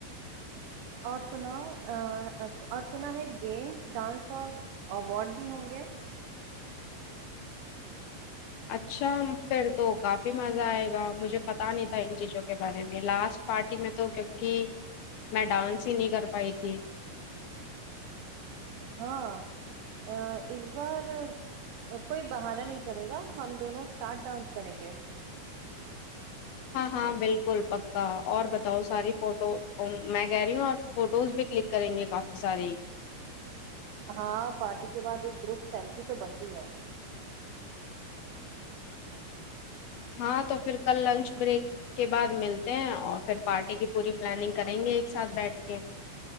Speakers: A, on the right (about 85°); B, on the left (about 70°).
A: اور سناؤ اور سنا ہے گیمس ڈانس اور اوارڈ بھی ہوں گے
B: اچھا پھر تو کافی مزہ آئے گا مجھے پتا نہیں تھا ان چیزوں کے بارے میں لاسٹ پارٹی میں تو کیکہ میں ڈانس ہی نہیں کر پائی تھی
A: ہاں ا اس بار کوئی بہانا نہیں چلے گا ہم دونوں ساتھ ڈانس کریں گے
B: ہاں ہاں بالکل پکا اور بتاؤ ساری فوٹو میں کہہ رہی ہوں اور فوٹوز بھی کلک کریں گے کافی ساری
A: ہاں پارٹی کے بعد ایک گروپ سیلفی تو بنتی ہے
B: ہاں تو پھر کل لنچ بریک کے بعد ملتے ہیں اور پھر پارٹی کی پوری پلاننگ کریں گے ایک ساتھ بیٹھ کے